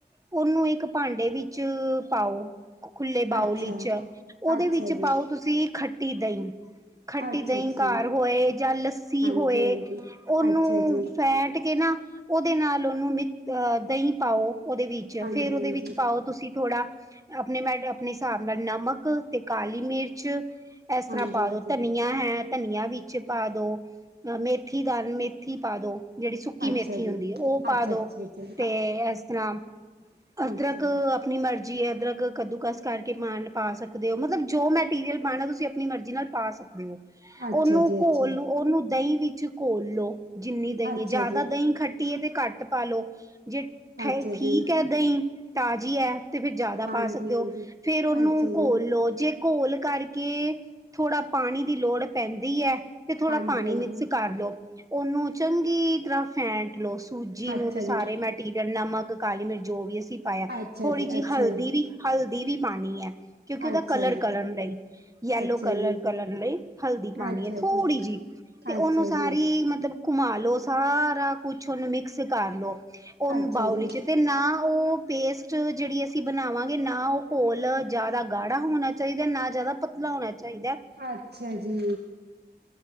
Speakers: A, on the right; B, on the right.
A: ਓਨੂੰ ਇੱਕ ਭਾਂਡੇ ਵਿੱਚ ਪਾਓ। ਖੁੱਲੇ ਬਾਊਲ
B: ਅੱਛਾ
A: ਵਿੱਚ, ਓਦੇ
B: ਅੱਛਾ
A: ਵਿੱਚ
B: ਜੀ
A: ਪਾਓ ਤੁਸੀਂ ਖੱਟੀ ਦਈ ਖੱਟੀ
B: ਅੱਛਾ
A: ਦਈ
B: ਜੀ
A: ਘਰ ਹੋਏ ਜਾਂ ਲੱਸੀ
B: ਹਾਂਜੀ
A: ਹੋਏ
B: ਹਾਂਜੀ
A: ਓਨੂੰ
B: ਅੱਛਾ ਜੀ
A: ਫੈਟ ਕੇ ਨਾ ਓਦੇ ਨਾਲ ਓਨੂੰ ਮਿਕ ਅ ਆ ਦਈ ਪਾਓ ਓਦੇ ਵਿੱਚ
B: ਹਾਂਜੀ
A: ਫੇਰ ਓਦੇ
B: ਹਾਂਜੀ
A: ਵਿੱਚ ਪਾਓ ਤੁਸੀਂ ਥੋੜਾ, ਆਪਣੇ ਨਾਲ ਆਪਣੇ ਸਾਬ ਨਾਲ ਨਮਕ ਤੇ ਕਾਲੀ ਮਿਰਚ ਐਸ
B: ਹਾਂਜੀ
A: ਤਰਾ ਪਾ
B: ਹਾਂਜੀ
A: ਦੋ ਧਨੀਆ ਹੈ ਧਨੀਆ ਵਿੱਚ ਪਾ ਦੋ, ਅ ਮੇਥੀ ਦ ਮੇਥੀ ਪਾ ਦੋ। ਜੇੜੀ ਸੁੱਕੀ
B: ਅੱਛਾ
A: ਮੇਥੀ
B: ਜੀ
A: ਹੁੰਦੀ ਏ ਓਪਾ
B: ਅੱਛਾ
A: ਦੋ
B: ਅੱਛਾ ਜੀ
A: ਤੇ ਇਸ ਤਰ੍ਹਾਂ
B: ਅੱਛਾ
A: ਅਦਰਕ
B: ਜੀ
A: ਅ ਪਣੀ ਮਰਜ਼ੀ ਏ ਅਦਰਕ ਕੱਦੂਕਸ ਕਰਕੇ ਪਾਉਣ ਪਾ ਸਕਦੇ ਹੋ ਮਤਲਬ ਜੋ ਮੈਟੀਰੀਅਲ ਪਾਉਣਾ ਤੁਸੀਂ ਆਪਣੀ ਮਰਜ਼ੀ ਨਾਲ ਪਾ ਸਕ ਦੇ ਓ,
B: ਅੱਛਾ
A: ਓਨੂੰ
B: ਅੱਛਾ ਜੀ ਅੱਛਾ
A: ਘੋਲ ਨੂੰ ਓਨੂੰ ਦਈ ਵਿੱਚ ਘੋਲ ਲੋ। ਜਿੰਨੀ ਦਈਂ
B: ਅੱਛਾ
A: ਏ ਜਾਦਾ
B: ਜੀ
A: ਦਈਂ ਖੱਟੀ ਏ ਤੇ ਘੱਟ ਪਾ ਲੋ ਜੇ ਠ
B: ਅੱਛਾ ਜੀ
A: ਠੀਕ ਏ ਦਈਂ ਤਾਜ਼ੀ ਐ ਤੇ ਫਿਰ ਜਾਦਾ
B: ਹਾਂਜੀ
A: ਪਾ ਸਕਦੇ
B: ਹਾਂਜੀ
A: ਓ ਫੇਰ ਓਨੂੰ
B: ਅੱਛਾ ਜੀ
A: ਘੋਲ ਲੋ ਜੇ ਘੋਲ ਕਰਕੇ ਥੋੜ੍ਹਾ ਪਾਣੀ ਦੀ ਲੋੜ ਪੈਂਦੀ ਐ ਤੇ ਥੋੜ੍ਹਾ
B: ਹਾਂਜੀ
A: ਪਾਣੀ ਮਿਕਸ
B: ਹਾਂਜੀ
A: ਕਰ ਲੋ, ਓਨੂੰ ਚੰਗੀ ਤਰ੍ਹਾਂ ਫੈਂਟ ਲੋ ਸੂਜੀ ਨੂੰ
B: ਅੱਛਾ
A: ਤੇ ਸਾਰੇ
B: ਜੀ
A: ਮੈਟੀਰੀਅਲ ਨਮਕ ਕਾਲੀ ਮਿਰਚ ਜੋ ਵੀ ਅਸੀਂ ਪਾਇਆ
B: ਅੱਛਾ
A: ਥੋੜ੍ਹੀ ਜੀ
B: ਅੱਛਾ
A: ਹਲਦੀ ਵੀ ਹਲਦੀ ਵੀ ਪਾਨੀ ਹੈ ਕਿਉਂਕਿ ਉਹਦਾ
B: ਅੱਛਾ
A: ਕਲਰ ਕਰਨ ਲਈ, ਯੈਲੋ
B: ਜੀ
A: ਕਲਰ ਕਰਨ ਲਈ ਹਲਦੀ ਪਾਣੀ
B: ਅੱਛਾ
A: ਹੈ, ਥੋੜ੍ਹੀ
B: ਜੀ
A: ਜਿਹੀ। ਤੇ
B: ਅੱਛਾ
A: ਉਹਨੂੰ ਸਾਰੀ
B: ਜੀ
A: ਮਤਲਬ ਘੁਮਾ ਲੋ ਸਾਰਾ ਕੁਛ ਉਹਨੂੰ ਮਿਕਸ ਕਰ ਲੋ। ਉਹਨੂੰ
B: ਅੱਛਾ
A: ਬਾਊਲੀ
B: ਜੀ ਅੱਛਾ ਜੀ
A: ਚ ਤੇ ਨਾ ਉਹ। ਪੇਸਟ ਜਿਹੜੀ ਅਸੀਂ ਬਣਾਵਾਂਗੇ। ਨਾ ਉਹ ਘੋਲ ਜਿਆਦਾ ਗਾੜਾ ਹੋਣਾ ਚਾਹੀਦਾ ਨਾ ਜ਼ਿਆਦਾ ਪਤਲਾ ਲਾ ਹੋਣਾ ਚਾਹੀਦਾ
B: ਅੱਛਾ ਜੀ।